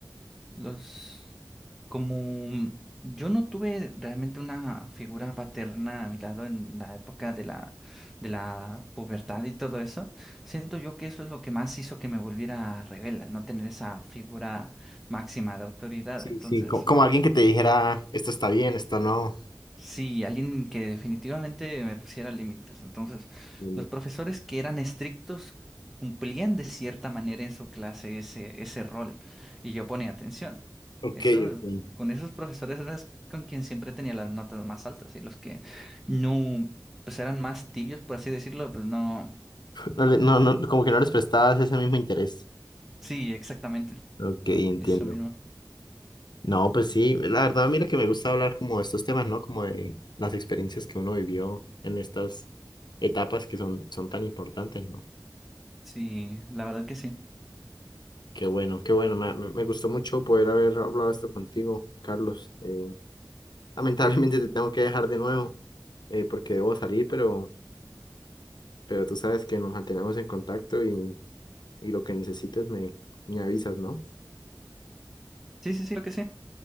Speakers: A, in the centre; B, on the left.
A: Los, como yo no tuve realmente una figura paterna a mi lado en la época de la, de la pubertad y todo eso, siento yo que eso es lo que más hizo que me volviera rebelde, no tener esa figura máxima de autoridad.
B: Sí,
A: Entonces,
B: sí, co- como, alguien que te dijera, esto está bien, esto no.
A: Sí, alguien que definitivamente me pusiera límites. Entonces,
B: Mm,
A: los profesores que eran estrictos cumplían de cierta manera en su clase ese, ese rol y yo ponía atención.
B: Ok,
A: Eso,
B: ok.
A: con esos profesores eras con quien siempre tenía las notas más altas y los que no, pues eran más tibios, por así decirlo, pues no.
B: No, le- no, no, como que no les prestabas ese mismo interés.
A: Sí, exactamente.
B: Ok, entiendo.
A: Eso mismo.
B: No, pues sí, la verdad, mira que me gusta hablar como de estos temas, ¿no? Como de las experiencias que uno vivió en estas etapas que son, son tan importantes, ¿no?
A: Sí, la verdad que sí.
B: Qué bueno, qué bueno, me, me- me gustó mucho poder haber hablado esto contigo, Carlos. Eh, lamentablemente te tengo que dejar de nuevo, eh, porque debo salir, pero, pero tú sabes que nos mantenemos en contacto y, y lo que necesites me, me avisas, ¿no?
A: Sí, sí, sí, creo que sí.